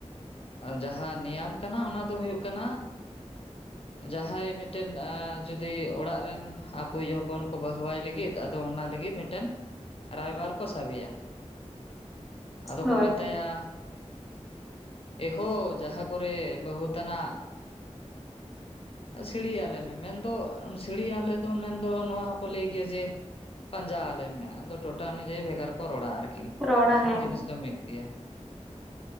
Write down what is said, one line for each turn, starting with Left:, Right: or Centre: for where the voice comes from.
Left: ᱡᱟᱦᱟᱸ ᱱᱤᱭᱟᱢ ᱠᱟᱱᱟ ᱚᱱᱟ ᱫᱚ ᱦᱩᱭᱩᱜ ᱠᱟᱱᱟ ᱡᱟᱦᱟᱸᱭ ᱢᱤᱫᱴᱮᱱ ᱡᱩᱫᱤ ᱚᱲᱟᱜ ᱨᱮᱱ ᱟᱠᱚᱭᱤᱡ ᱦᱚᱯᱚᱱ ᱠᱚ ᱵᱟᱹᱦᱩᱣᱟᱭ ᱞᱟᱹᱜᱤᱫ ᱟᱫᱚ ᱚᱱᱟ ᱞᱟᱹᱜᱤᱫ ᱢᱤᱫᱴᱮᱱ ᱨᱟᱭᱵᱟᱨ ᱠᱚ ᱥᱟᱵᱤᱭᱟ ᱟᱫᱚ
Centre: ᱦᱳᱭ
Left: ᱠᱚ ᱢᱮᱛᱟᱭᱟ ᱮᱦᱳ ᱡᱟᱦᱟᱸ ᱠᱚᱨᱮ ᱵᱟᱹᱦᱩ ᱛᱟᱱᱟᱜ ᱥᱤᱲᱤ ᱭᱟᱞᱮᱢᱮ ᱢᱮᱱᱫᱚ ᱥᱤᱲᱤ ᱟᱞᱮ ᱫᱚ ᱢᱮᱱ ᱫᱚ ᱱᱚᱣᱟ ᱦᱚᱸᱠᱚ ᱞᱟᱹᱭ ᱜᱮᱭᱟ ᱡᱮ ᱯᱟᱸᱡᱟ ᱟᱞᱮ ᱢᱮ ᱴᱚᱴᱟ ᱚᱱᱩ ᱡᱟᱭᱤ ᱵᱷᱮᱜᱟᱨ ᱠᱚ ᱨᱚᱲᱟ ᱟᱨᱠᱤ
Centre: ᱨᱚᱲᱟ
Left: ᱵᱟᱝᱠᱷᱟᱱ
Centre: ᱦᱮᱸ
Left: ᱡᱤᱱᱤᱥ ᱫᱚ ᱢᱤᱫ ᱜᱮᱭᱟ